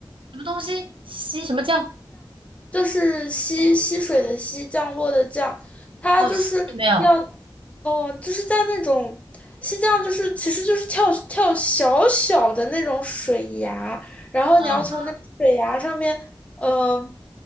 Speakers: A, on the right; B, on the left.
A: 什么东西？吸什么酱？
B: 就是溪溪水的溪，降落的降，它就是要，
A: 哦，吸没有。
B: 哦，就是在那种溪降，就是其实就是跳跳小小的那种水崖，然后你要从那个水崖上面，
A: 嗯
B: 呃，